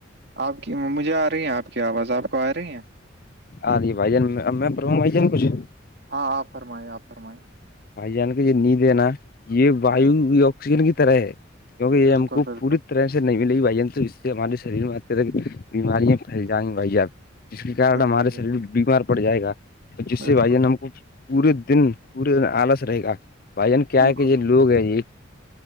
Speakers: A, on the right; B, on the left.
A: آپ کی مجھے آ رہی ہیں آپ کی آواز آپ کو آ رہی ہیں
B: ہ ری بھائی جان پر بھائی جان کچھ
A: ہاں آپ فرمائییں آپ فرمائیں
B: بھائی جان کے یہ نیند ہے نا یہ ویو
A: بل-
B: آکسیجن کی طرح ہے کیونکہ یہ
A: بالکل
B: ہم کو
A: بالکل
B: پوری طرح نہیں ملےی بھائی تو اس سے ہمارے شریر میں اتک بیماریاں پھیل جائیں گی بھائیب <unintelligible> جس کے کن
A: بالکل
B: ہمارے
A: بالکل
B: شریر بیمار پڑ جائے گا تو جس
A: بالکل
B: سے بھائی جان ہم کو پورے دن پورے دن آلس رہے گا بھائی جان کیا
A: بالکل
B: کہ یہ
A: بھیا
B: لوگ ہیں یہ